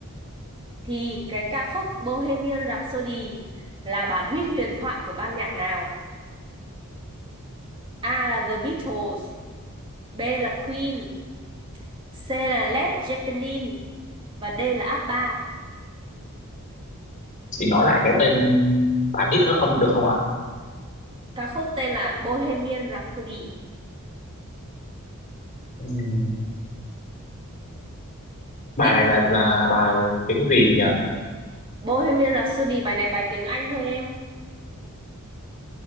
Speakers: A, on the right (about 25°); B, on the left (about 35°).
A: thì cái ca khúc Bohemian Rhapsody là bản huyết huyền thoại của ban nhạc nào? A là The Beatles, B là Queen, C là Led Zeppelin và D là ABBA.
B: chị nói lại cái tên bài hit nữa không được không ạ
A: Ca khúc tên là Bohemian Rhapsody.
B: Ừm, bài
A: Tích
B: này là là bài tiếng gì chị nhỉ
A: Bohemian Rhapsody bài này bài tiếng Anh thôi em.